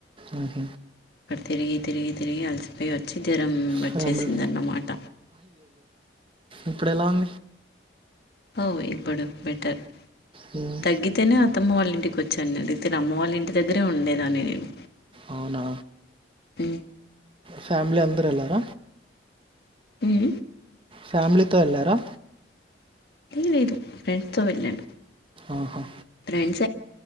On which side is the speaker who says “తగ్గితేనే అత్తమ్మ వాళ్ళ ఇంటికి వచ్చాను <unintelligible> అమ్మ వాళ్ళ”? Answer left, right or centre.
Left